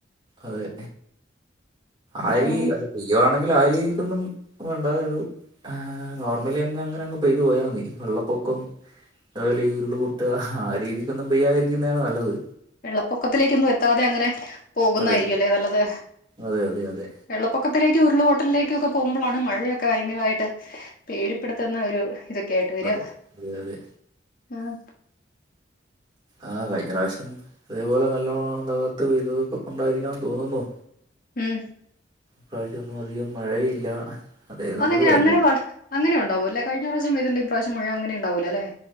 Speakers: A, on the right; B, on the left.
A: അതെ
B: പിന്നെ
A: ആരീ
B: മുങ്ങി
A: അല്ല പെയ്യുവാണെങ്കിൽ ആ രീതിക്കൊന്നും വേണ്ടാതുള്ളു നോർമലി അങ്ങ് അങ്ങനെ അങ്ങ് പെയ്തു പോയാൽ മതി വെള്ളപ്പൊക്കം അതുപോലെ ഈ ഉരുള് പൊട്ടുക ആ രീതിക്കൊന്നും പെയ്യാതിരിക്കുന്നതാണ് നല്ലത്
B: വെള്ളപ്പൊക്കത്തിലേക്കൊന്നും എത്താതെ അങ്ങനെ പോകുന്നതായിരിക്കും
A: അതെ
B: അല്ലെ നല്ലത്
A: അതെ അതെ അതെ
B: വെള്ളപ്പൊക്കത്തിലേക്കും ഉരുൾപൊട്ടലിലേക്കും ഒക്കെ പോകുമ്പോഴാണ് മഴയൊക്കെ ഭയങ്കരമായിട്ട് പേടിപ്പെടുത്തുന്ന ഒരു ഇതൊക്കെ ആയിട്ട് വരിക
A: അതെ അതെ അതെ
B: ആഹ്
A: ആഹ് കഴിഞ്ഞ പ്രാവശ്യം അതേപോലെ നല്ലോണം തകർത്ത് പെയ്തതൊക്കെ കൊണ്ടായിരിക്കണമെന്ന് തോന്നുന്നു
B: ഉം
A: ഈ പ്രാവശ്യം ഒന്നും അധികം മഴയില്ല അതായത് നമുക്ക്
B: അതെങ്ങനെ
A: വേ
B: അങ്ങനെ അങ്ങനെ ഉണ്ടാകുവല്ലേ. കഴിഞ്ഞ പ്രാവശ്യം മഴ അങ്ങനെ ഉണ്ടാവൂല്ലെ